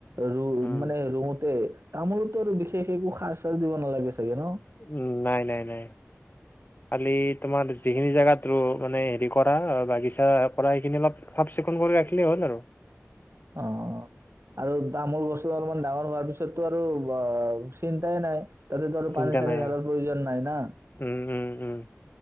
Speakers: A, on the right; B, on the left.
A: ৰ'
B: উম
A: মানে ৰওঁতে! তামোলতো আৰু বিশেষ একো সাৰ চাৰ দিব নালাগে চাগে ন'?
B: উম, নাই নাই নাই খালি তোমাৰ যিখিনি জোগাত ৰ মানে হেৰি কৰা বাগিচা কৰা সেইখিনি অলপ চাফ চিকুণ কৰি ৰাখিলেই হ'ল আৰু
A: অ আৰু তামোল বস্তু অলমান ডাঙৰ হোৱাৰ পিছতটো আৰু চিন্তাই নাই তাতেতো আৰু
B: চিন্তা
A: পানী চানি
B: নাই
A: ধালাৰ
B: আৰু
A: প্ৰয়োজন নাই না
B: উম উম উম